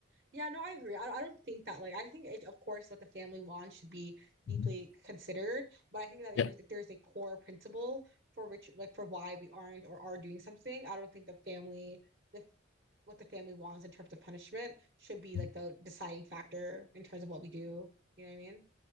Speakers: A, on the right (about 50°); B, on the left (about 65°).
A: Yeah, no, I agree. I, I don't think that like I think it, of course what the family wants should be deeply
B: Mhm.
A: considered, but I think that there
B: yeah
A: is, if there's a core principle for which like for why we aren't or are doing something, I don't think the family the what the family wants in terms of punishment should be
B: Mhm.
A: like the deciding factor in terms of what we do. You know what I mean?